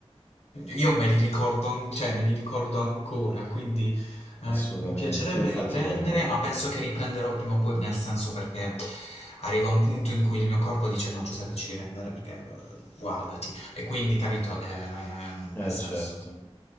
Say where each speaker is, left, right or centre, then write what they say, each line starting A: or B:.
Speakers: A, on the left; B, on the left.
A: Io me li ricordo, an- cioè me li ricordo ancora, quindi eh,
B: assolutamente.
A: mi piacerebbe
B: Io infatti,
A: riprendere,
B: guarda.
A: ma penso che riprenderò prima o poi, nel senso perché arriva un punto in cui il mio corpo dice no, Giuseppe, ci devi andare perché eh, guardati. E quindi, capito, eh,
B: Eh
A: ha senso.
B: certo,